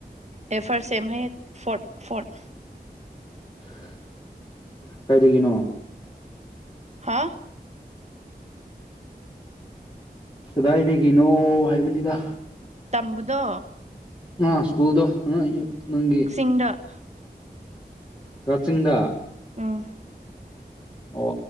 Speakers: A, on the right; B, on the left.
A: ꯑꯦ ꯐꯥꯔꯁ ꯁꯦꯝ ꯍꯥꯏꯌꯦ ꯐꯣꯔꯠ ꯐꯣꯔꯠ
B: <unintelligible> ꯀꯥꯏꯗꯒꯤꯅꯣ
A: ꯍꯥ
B: ꯀꯗꯥꯏꯗꯒꯤꯅꯣ ꯍꯥꯏꯕꯅꯤꯗ
A: ꯇꯝꯕꯗꯣ
B: ꯑ ꯁ꯭ꯀꯨꯜꯗꯣ <unintelligible> ꯅꯪꯒꯤ
A: ꯍꯟꯗ
B: ꯀꯥꯛꯆꯤꯡꯗ
A: ꯎꯝ
B: ꯑꯣ